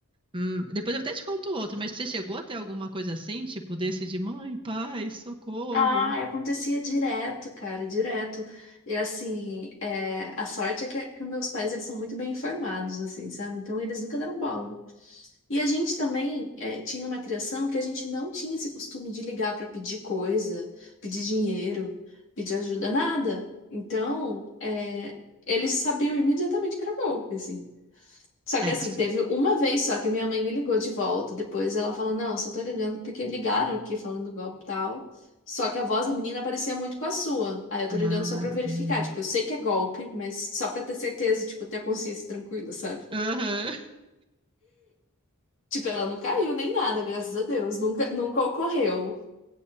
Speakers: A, on the right; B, on the left.
A: Hum, depois eu até te conto outro, mas você chegou a ter alguma coisa assim, tipo desse de mãe, pai, socorro?
B: Ah, acontecia direto, cara, direto. E assim, é, a sorte é que, que meus pais eles são muito bem informados, assim, sabe? Então eles nunca deram bola. E a gente também é, tinha uma criação que a gente não tinha esse costume de ligar para pedir coisa, pedir dinheiro, pedir ajuda, nada. Então, é, eles sabiam imediatamente que era golpe, assim. Só que
A: Ex.
B: assim, teve uma vez só que minha mãe me ligou de volta. Depois ela falou: Não, só tô ligando porque ligaram aqui falando do golpe e tal. Só que a voz da menina parecia muito com a sua. Aí eu tô
A: Ah.
B: ligando só pra verificar. Tipo, eu sei que é golpe, mas só pra ter certeza, tipo, ter a consciência tranquila, sabe?
A: Aham.
B: Tipo, ela não caiu nem nada, graças a Deus. Nunca, nunca ocorreu.